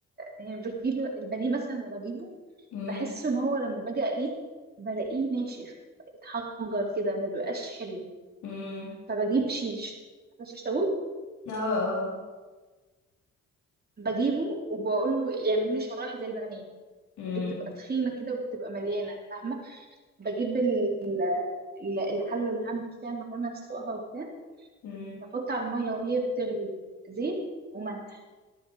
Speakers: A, on the right (about 30°); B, on the left (about 70°).
A: يعني بجيب البانيه مثلا لما بجيبه
B: مم،
A: بحس ان هو لما باجي اقليه بلاقيه ناشف اتحجر كده ما بيبقاش حلو
B: مم،
A: فبجيب شيش شيش طاووق
B: اه آه،
A: بجيبه وبقول له يعملوا لي شرايح زي البانيه
B: مم،
A: بتبقى تخينه كده وبتبقى مليانه فاهمه بجيب ال- ال- الحلة اللي هعمل فيها المكرونة أسلقها وبتاع
B: مم،
A: بحط على المية وهي بتغلي زيت وملح